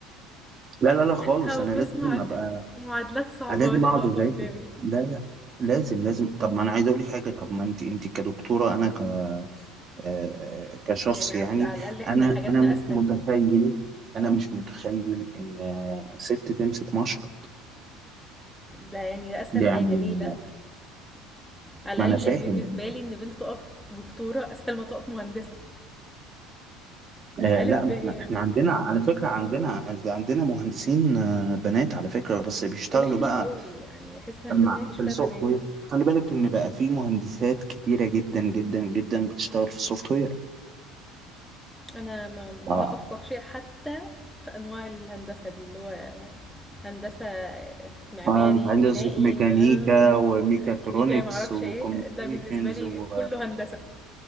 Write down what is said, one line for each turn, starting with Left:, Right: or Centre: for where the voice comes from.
Right: لا لا لا خالص
Centre: أو
Right: انا
Centre: بسمع
Right: لازم ابقى
Centre: معادلات صعبة
Right: انا لازم
Centre: واقفة
Right: اقعد اذاكر
Centre: قدامي
Right: لا لا لازم لازم طب ما انا عايز اقول لك حاجه طب ما انت انت كدكتوره انا ك آه، كشخص
Centre: يعني عند
Right: يعني
Centre: على الأقل إحنا
Right: انا
Centre: حاجاتنا
Right: انا مش
Centre: أسهل
Right: متخيل انا مش متخيل ان آه، ست تمسك مشرط
Centre: ده يعني ده أسهل
Right: يعني
Centre: حاجة ليه لأ على
Right: ما انا
Centre: الأقل
Right: فاهم
Centre: بالنسبة لي إن بنت تقف دكتورة أسهل ما تقف مهندسة
Right: آه
Centre: ألف
Right: لا
Centre: ب
Right: ما
Centre: يعني
Right: احنا احنا عندنا على فكره عندنا عندنا مهندسين آه، بنات على فكره بس بيشتغلوا
Centre: قليل
Right: بقى
Centre: قوي يعني أحس هندسة
Right: مع
Centre: دي مفيش
Right: في
Centre: فيها
Right: السوفت
Centre: بنات
Right: وير خلي بالك ان بقى في مهندسات كتيره جدا جدا جدا بتشتغل في السوفت وير
Centre: انا ما
Right: اه
Centre: لا افقه شيء حتى في انواع الهندسه دي اللي هو هندسه معماري
Right: فانت عندك
Centre: بنائي
Right: قصدك ميكانيكا
Centre: آم،
Right: وميكاترونكس
Centre: ميجا ما اعرفش
Right: وكوميونيكيشنز
Centre: ايه ده بالنسبه لي
Right: و
Centre: كله هندسه